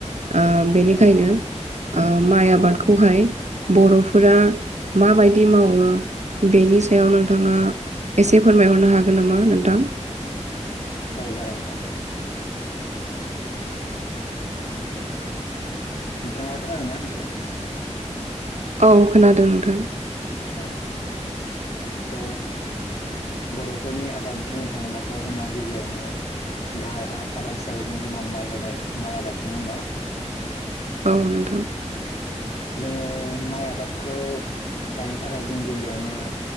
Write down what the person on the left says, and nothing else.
औ
औ जागोन नोंथां। नोंथाङा खोनादोंना आंनिखौ?
औ त' बर'फोरनि आबाद बुंनो थाङोब्लाथ' जोंना गिबियावनो गाहाय आबाद हिसाबै जों जोंना माइ गायनाय माइ आबाद नङा होमबा?
जोङो माइ आबादखौ गायनो थाखाय जों गिबियावनो